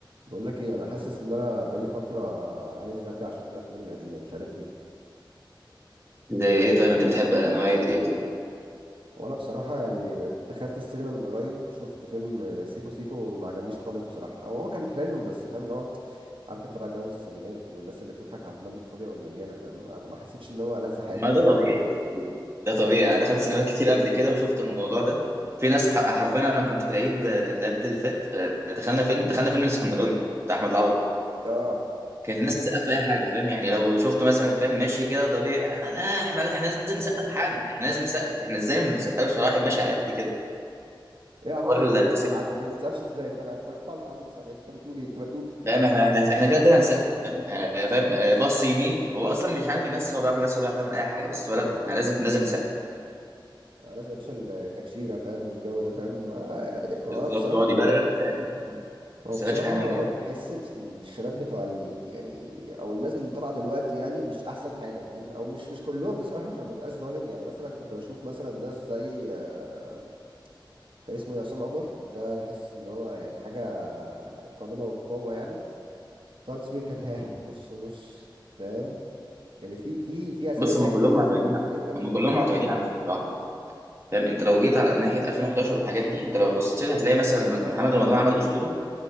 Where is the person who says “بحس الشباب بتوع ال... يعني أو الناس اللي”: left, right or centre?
Right